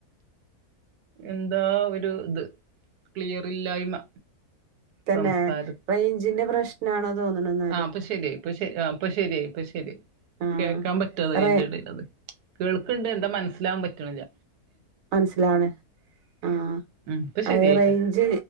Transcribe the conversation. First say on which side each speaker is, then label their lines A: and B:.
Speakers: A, on the right; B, on the right.
A: എന്താ ഒരു ഇത് ക്ലിയർ ഇല്ലായ്മ
B: തന്നെ
A: സംസാരം
B: റേയ്ഞ്ചിന്റെ പ്രശ്നാണോ തോന്ന്ണ്ന്നാ
A: ആഹ് ഇപ്പൊ ശെരിയായ് ഇപ്പ ശെരി ആഹ് ഇപ്പ ശരിയായ് ഇപ്പ ശെരി
B: ആഹ്
A: കേക്കാൻ പറ്റാതായി
B: റേ
A: അയിന്റെ എടേലത് കേൾക്ക്ണ്ട് എന്താ മനസ്സിലാവാൻ പറ്റ്ണില്ല
B: മൻസിലാണ് ആഹ്
A: ഉം ഇപ്പൊ
B: അഅ്
A: ശരിയായിട്ടോ
B: റെയ്ഞ്ച്